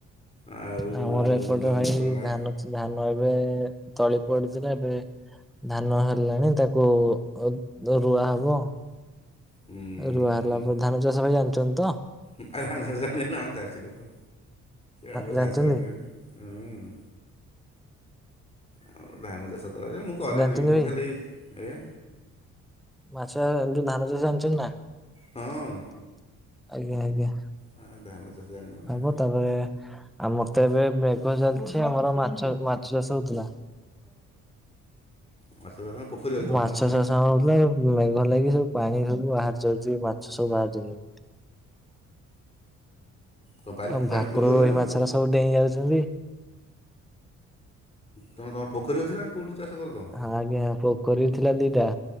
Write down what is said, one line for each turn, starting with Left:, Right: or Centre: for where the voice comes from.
Left: ଆଉ
Centre: ଆମର ଏପଟେ
Left: ଜନ୍ହୀ,
Centre: ଭାଇ
Left: କଲରା।
Centre: ଧାନ ଧାନ ଏବେ ତଳି ପଡ଼ିଥିଲା ଏବେ। ଧାନ ହେଲାଣି ତାକୁ ଉଁ ରୁଆ ହବ।
Left: ହୁଁ
Centre: ରୁଆ ହେଲା ପରେ ଧାନ ଚାଷ ଭାଇ ଜାଣିଛନ୍ତି ତ
Left: ଆଉ ଧାନ ଚାଷ ଜାଣିନି ଆମ ଚାଷୀ ଲୋକ ଆମର
Centre: ଜାଣିଛନ୍ତି
Left: ଚାଷ ବାସ ଆମେ ଜାଣିନି। ହୁଁ- ଆମର ଧାନ ଚାଷ କରା ମୁଁ କରେନି
Centre: ଜାଣିଛନ୍ତି
Left: ମୁଁ
Centre: ଭାଇ?
Left: ଖାଲି ଏ
Centre: ମାଛ <unintelligible> ଯଉ ଧାନ ଚାଷ ଜାଣିଚନ୍ତି ନା
Left: ହଁ
Centre: - ଆଜ୍ଞା - ଆଜ୍ଞା।
Left: ହ ଧାନ ଚାଷ ଜାଣିନୁ
Centre: ହବ
Left: ନା?
Centre: ତାପରେ ଆମର ତେ ଏବେ ମେଘ ଚାଲିଚି ଆମର ମାଛ- ମାଛ ଚାଷ ହଉଥିଲା।
Left: ମାଛ ଚାଷ ନା ପୋଖରୀ ଅଛି ତମର
Centre: ମାଛ
Left: ନା କଣ?
Centre: ଚାଷ ଥିଲା ମେଘ ଲାଗି ସବୁ ପାଣି ସବୁ ବାହାରି ଯାଉଛି ମାଛ ସବୁ ବାହାରି ଯାଉଛନ୍ତି।
Left: ଉଁ କଣ
Centre: ଆଉ
Left: ପା ପାଣି
Centre: ଭାକୁର
Left: ପୁରିଗଲାଣି
Centre: ରୋହି ମାଛରା
Left: ଆପୁ?
Centre: ସବୁ ଡେଇଁ ଯାଉଛନ୍ତି।
Left: କଣ ତମର ପୋଖରୀ ଅଛି ନା କୋଉଠି ଚାଷ କର? ତମେ?
Centre: ହଁ ଆଜ୍ଞା ପୋଖରୀ ବି ଥିଲା ଦିଟା